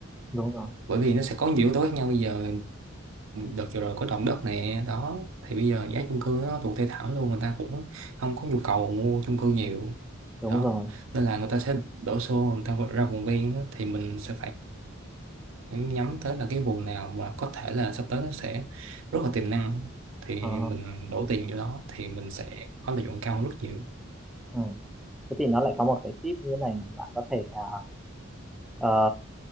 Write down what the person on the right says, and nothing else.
bởi vì nó sẽ có nhiều yếu tố khác nhau bây giờ đợt vừa rồi có động đất nè đó thì bây giờ giá chung cư nó tụt thê thảm luôn người ta cũng không có nhu cầu mua chung cư nhiều
đó
nên là người ta sẽ đổ xô người ta ra vùng ven á, thì mình sẽ phải nhắm tới là cái vùng nào mà có thể là sắp tới nó sẽ rất là tiềm năng thì
mình đổ tiền vô đó thì mình sẽ có lợi nhuận cao hơn rất nhiều